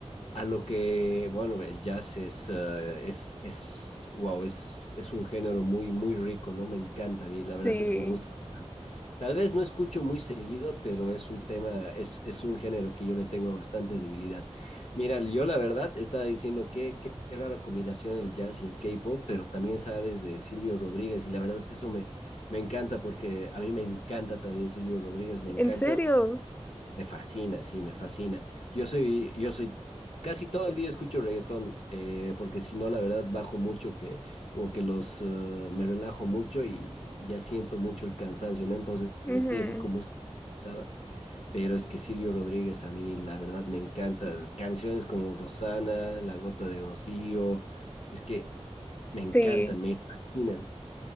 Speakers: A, on the left (about 70°); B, on the left (about 15°).
A: a lo que, bueno, el jazz es, eh, es, es, wow, es, es un género muy, muy rico, ¿no? Me encanta a mí, la verdad
B: sí,
A: es que me gusta. bastante. Tal vez no escucho muy seguido, pero es un tema, es, es un género que yo le tengo bastante debilidad. Mira, yo la verdad estaba diciendo que qué qué rara combinación el jazz y el K-pop, pero también sabes de Silvio Rodríguez y la verdad eso me, me encanta porque a mí me encanta también Silvio Rodríguez, me encanta.
B: ¿en serio?
A: Me fascina, sí, me fascina. Yo soy, yo soy, casi todo el día escucho reggaetón, eh, porque si no, la verdad, bajo mucho que, como que los, eh, me relajo mucho y, ya siento mucho el cansancio, ¿no? Entonces
B: Ujú,
A: estoy así como pesada, pero es que Silvio Rodríguez a mí, la verdad, me encanta. Canciones como Rosana, La Gota de Rocío, es que me encantan,
B: Sí,
A: me fascinan.